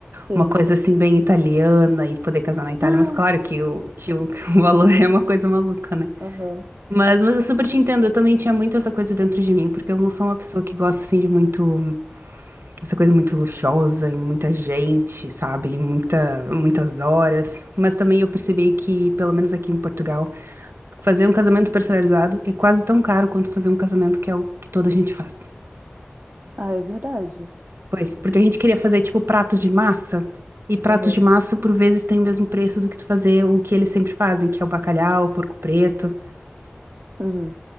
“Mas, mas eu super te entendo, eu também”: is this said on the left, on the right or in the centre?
Right